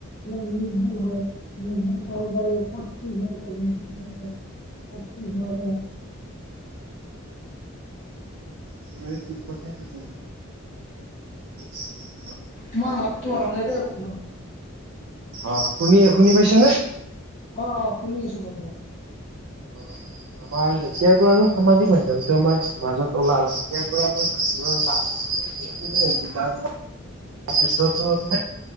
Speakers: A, on the left; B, on the right.
A: নিউজবোৰ হয় নিউজবোৰ চব কৰ হৈছে দে <inaudible> অ হয় হয় <inaudible>
B: তম চিক পথ মচ <inaudible>
A: তোমাৰ মাততো অহা নাই দেই বন্ধু।
B: অ' শুনি - শুনি পাইছে নে?
A: অ' অ' শুনি আছো বন্ধত।
B: অ' আমাৰ যেতিয়াৰ পৰা আৰু সামাজিক মাধ্যয়মটো আমাৰ মাজত ওলা তেতিয়াৰ পৰা। <unintelligible> তখেত্ৰতো আৰু